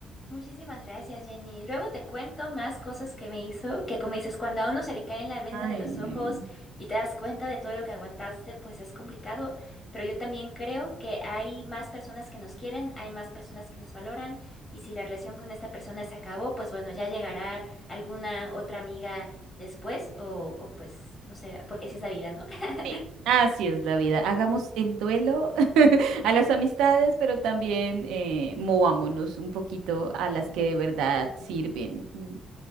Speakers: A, on the left (about 35°); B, on the right (about 80°).
A: Muchísimas gracias, Jenny. Luego te cuento más cosas que me hizo, que como dices, cuando a uno se le cae en la venda
B: Ay,
A: de los
B: no.
A: ojos y te das cuenta de todo lo que aguantaste, pues es complicado, pero yo también creo que hay más personas que nos quieren, hay más personas que nos valoran y si la relación con esta persona se acabó, pues bueno, ya llegará alguna otra amiga después o, o pues no sé, porque así es la vida, ¿no? <laughs>
B: Sí, Así es la vida. Hagamos el duelo <laughs> a las amistades, pero también eh, movámonos un poquito a las que de verdad sirven. Mm,